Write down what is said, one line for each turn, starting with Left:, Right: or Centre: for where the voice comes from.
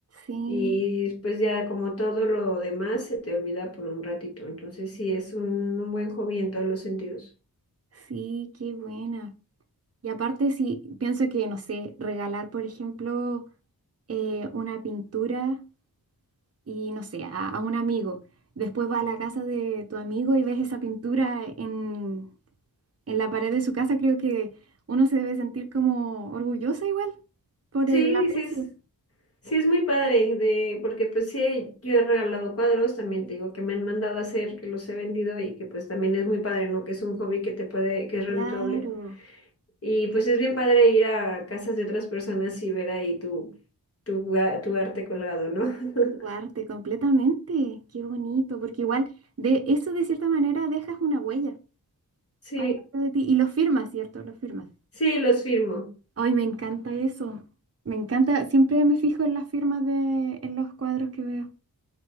Right: Sí,
Left: Y después ya como todo lo demás se te olvida por un ratito. Entonces sí es un, un buen hobby en todos los sentidos.
Right: sí, qué buena. Y aparte, sí, pienso que, no sé, regalar, por ejemplo, eh, una pintura. y no sé, a, a un amigo. Después va a la casa de tu amigo y ves esa pintura en, en la pared de su casa, creo que uno se debe sentir como orgullosa igual por
Left: Sí,
Right: el aprecio.
Left: sí es, sí es muy padre de, porque pues sí, yo he regalado cuadros, también te digo que me han mandado a hacer, que los he vendido y que pues también es muy padre, ¿no? Que es un hobby que te puede, que es
Right: Claro,
Left: redituable. Y pues es bien padre ir a casas de otras personas y ver ahí tu, tu, a- tu arte colgado, ¿no? <laughs>
Right: tu arte completamente. Qué bonito, porque igual de eso de cierta manera dejas una huella
Left: Sí,
Right: ahí dentro de ti y lo firmas, ¿cierto? Lo firmas.
Left: sí, los firmo.
Right: Ay, me encanta eso. Me encanta, siempre me fijo en las firmas de, en los cuadros que veo.